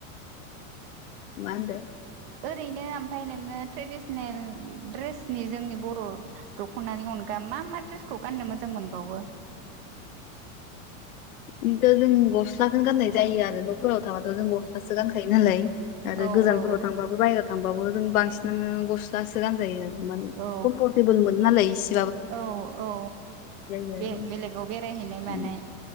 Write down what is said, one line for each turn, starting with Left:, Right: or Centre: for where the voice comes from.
Left: मा होनदों?
Right: ओरैनो ओमफफ्राय नोङो ट्रेडिसनेल दड्रेसनि जोंनि बर' दखनानि अनगा मा मा दड्रेसखौ गाननो मोजां मोनबावो?
Left: <inaudible> आंथ' जों गस्लाखौनो गाननाय जायो आरो न'फोराव थाबाथ' जों गस्लासो गानखायो नो होलाय आरो
Right: औ
Left: गोजानफोराव
Right: औ
Left: थांबाबो बायेरायाव थांबाबो जों बांसिनानो गस्लासो गानजायो
Right: औ
Left: कम्फरटेबोल मोनो नालाय इसे
Right: औ औ
Left: जायो
Right: बे बेलेगाव बे बेरायहैनाय
Left: आरो
Right: मानाय
Left: ओम,